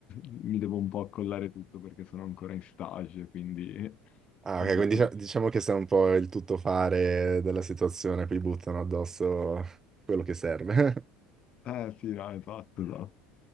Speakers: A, on the left; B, on the right.
A: mi devo un po' accollare tutto perché sono ancora in stage, quindi <laughs>
B: Ah,
A: come
B: ok,
A: tutto
B: quindi dicia-
A: questo.
B: diciamo che sei un po' il tuttofare della situazione, poi buttano addosso quello che serve. <laughs>
A: Eh sì, no, esatto, esatto.